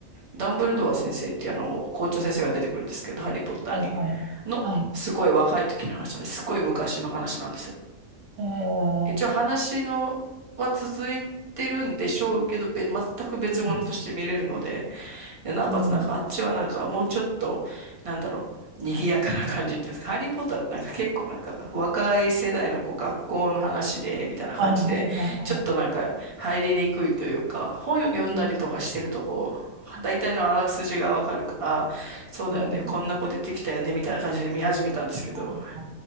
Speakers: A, on the right; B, on the right.
A: ダンブルドア先生っていうあの、校長先生が出てくるんですけど、ハリーポッターに。
B: はいはい。
A: の、
B: はい。
A: すごい若い時の話なんです。すごい昔の話なんですよ。
B: えー、
A: 一応話のは続いてるんでしょうけど、べ、全く別物として見れるので、
B: うん。
A: で、なおかつなんかあっちはなんかもうちょっと、
B: うん。
A: なんだろう、賑やかな感じっていうんですか。ハリーポッターってなんか結構なんか若い世代のこう学校の話で、みたいな感じで、
B: はいはいはいは
A: ちょっとなんか入りにくいというか、本読んだりとかしてるとこう、
B: い。うん。
A: 大体のあらすじがわかるから、そうだよね、
B: うん
A: こんな子出てきたよね、みたいな感じで見始めたんですけど、
B: あー